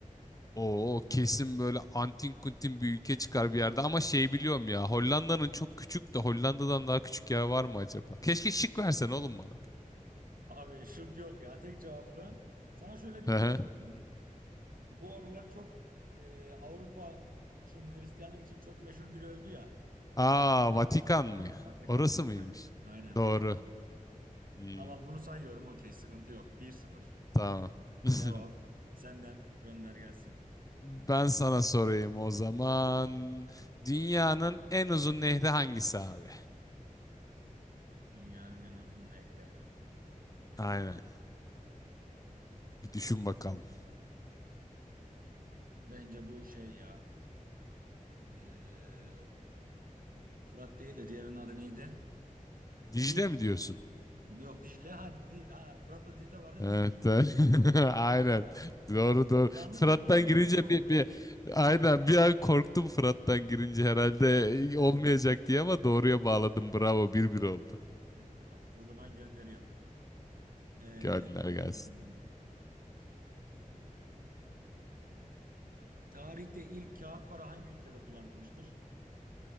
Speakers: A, on the left (about 25°); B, on the right (about 80°).
A: Oo kesin böyle antin kuntin bir ülke çıkar bir yerde ama şey biliyorum ya Hollanda'nın çok küçük de Hollanda'dan daha küçük yer var mı acaba? Keşke şık versen oğlum bana.
B: Abi şık yok ya tek cevaplı. Sana şöyle bir
A: <laughs>
B: ipucu vereyim. Bu aralar çok e, Avrupa için Hristiyanlık için çok meşhur biri öldü ya.
A: Aa, Vatikan mı?
B: Vatikan.
A: Orası mıymış?
B: Aynen, Aynen
A: Doğru.
B: Vatikan.
A: Hmm,
B: Tamam bunu sayıyorum okey sıkıntı yok. Bir sıfır.
A: tamam. <laughs>
B: Devam. Senden gönder gelsin.
A: Ben sana sorayım o zaman. Dünyanın en uzun nehri hangisi abi?
B: Dünyanın en uzun nehri.
A: Aynen. Bir düşün bakalım.
B: Bence bu şey ya. e, Fırat değil de diğerinin adı neydi?
A: Dicle
B: Nil.
A: mi diyorsun?
B: Yok Dicle. Ha, Nil. Ha, Fırat'la Dicle vardı.
A: Evet.
B: Nil.
A: evet. <laughs> Aynen. Doğru doğru.
B: Yanlış
A: Fırat'tan
B: hatırladım
A: girince
B: ama doğru
A: bir,
B: cevap
A: bir
B: verdim.
A: aynen bir an korktum Fırat'tan girince herhalde olmayacak diye ama doğruya bağladım. Bravo. Bir bir oldu.
B: Eyvallah. O zaman gönderiyorum. Ee,
A: Gönder
B: e,
A: gelsin.
B: tarihte ilk kağıt para hangi ülkede kullanılmıştır?